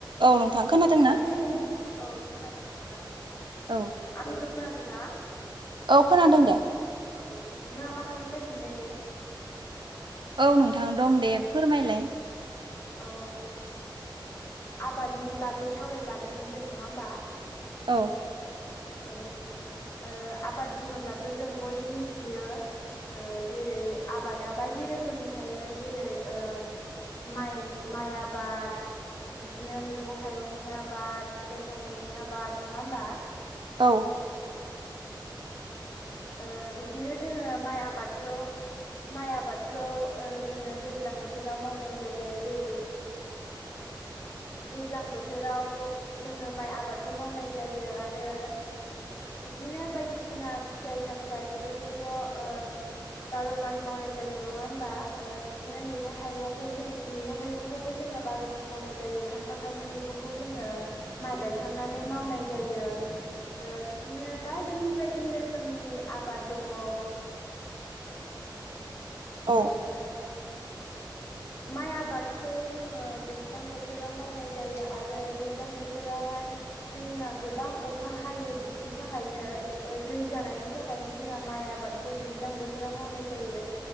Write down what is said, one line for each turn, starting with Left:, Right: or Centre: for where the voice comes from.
Right: औ नोंथां
Left: अ
Right: खोनादोंना
Left: आ खोनादों औ खोनादों नोंथां।
Right: औ
Left: आंनिखौ खोनादों ना?
Right: औ खोनादों दे।
Left: औ नोंथाङा मा खालामगासिनो दायो?
Right: औ नोंथां दं दे फोरमायलाय।
Left: अ आबादनि बागै सावरायनो लादोंमोन जों नङा होमबा?
Right: औ
Left: औ ओ आबाद बुङोब्लाथ' जों बयबो मिथियो ओ जेरै आबादा बायदि रोखोमनि थायो जेरै ओ माइ माइ आबाद। बिदिनो मैगं थाइगंनि आबाद फिथाइ सामथाइनि आबाद नङा होमबा?
Right: औ
Left: ओ बिब्दिनो जोङो माइ आबादखौ माइ आबादखौ ओ जोङो दैज्लां बोथोराव मावनाय जायो जेरै <inaudible> दैज्लां बोथोराव जोङो माइ आबादखौ मावनाय जायो आरो। बिब्दिनो बायदिसिना फिथाइ सामथाइ बेफोरखौथ' ओ बार' मास मावनाय जायो नङा होमबा ओ बिदिनो मैगं थाइगंखौ जों मैगं थाइगंखौबो जोङो बार' मास मावनाय जायो खायफा खायफा मैगंखौ जोङो माइ गायखांनानै मावनाय जायो ओ बिदिनो बायदि बायदि रोखोम रोखोमनि आबाद दङ।
Right: औ
Left: ओ माइ आबादखौ जोङो दैज्लां बोथोराव मावनाय जायो आरो दैज्लां बोथोरावहाय जोंना गोबां अखा हायो बिनि थाखायनो दै जानायनि थाखायनो जोंना माइ आबाद खौ दैज्लां बोथोराव मावनाय जायो